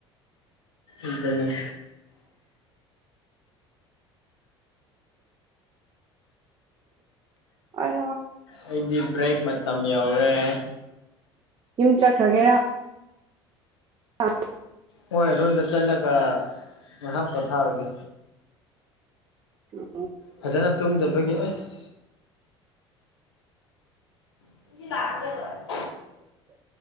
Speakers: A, on the left (about 80°); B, on the right (about 35°).
A: ꯏꯟꯇ꯭ꯔꯅꯦꯠ
B: ꯑꯥꯏ
A: ꯑꯩꯗꯤ ꯕ꯭ꯔꯦꯛ ꯃꯇꯝ ꯌꯧꯔꯦ
B: ꯌꯨꯝ ꯆꯠꯈ꯭ꯔꯒꯦꯔꯥ ꯑ
A: ꯍꯣꯏ ꯔꯔꯣꯝꯗ ꯆꯠꯂꯒ ꯉꯥꯏꯍꯥꯛ ꯄꯣꯊꯥꯔꯒꯦ
B: ꯎ
A: ꯐꯖꯅ ꯇꯨꯝꯗꯕꯒꯤ ꯑꯁ ꯂꯥꯛꯔꯣ